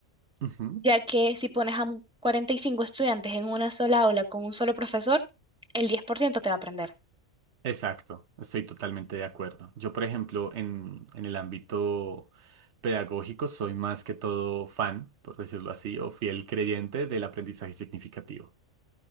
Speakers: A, on the right; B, in the centre.
A: ujú.
B: ya que si pones a un- 45 estudiantes en una sola aula con un solo profesor, el 10% te va a aprender.
A: Exacto, estoy totalmente de acuerdo. Yo, por ejemplo, en, en el ámbito pedagógico soy más que todo fan, por decirlo así, o fiel creyente del aprendizaje significativo.